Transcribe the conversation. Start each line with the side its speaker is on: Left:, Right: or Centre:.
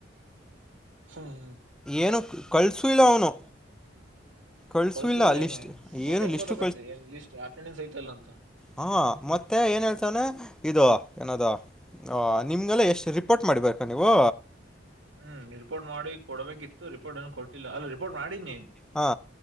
Right: ಹ್ಮ್
Centre: ಏನು ಕಳ್ಸೂ ಇಲ್ಲ ಅವನು ಕಳಿಸೂ
Right: ಕಳ್ಸಿಲ್ಲ
Centre: ಇಲ್ಲ ಲಿಸ್ಟ್
Right: ಏನನು ಮತ್ತೆ
Centre: ಏನು
Right: ಹೆಂಗ್
Centre: ಲಿಸ್ಟು
Right: ಗೊತ್ತಕತ್ತೆ ಏನ್ ಲಿಸ್ಟ್ ಅಟೆಂಡೆನ್ಸ್ ಐತಲ್ಲ ಅಂತೂ
Centre: ಹಾ ಮತ್ತೆ ಏನ್ ಹೇಳ್ತವನ ಇ ಏನದ ನಿಮ್ಗೆಲ್ಲ ಎಷ್ಟು ರಿಪೋರ್ಟ್ ಮಾಡಿಬೇಕಾ ನೀವು
Right: ಹ್ಮ್ ರಿಪೋರ್ಟ್ ಮಾಡಿ ಕೊಡಬೇಕಿತ್ತು ರಿಪೋರ್ಟ್ ಏನು ಕೊಟ್ಟಿಲ್ಲ ಅಲ್ ರಿಪೋರ್ಟ್ ಮಾಡೀಿನಿ
Centre: ಹಾ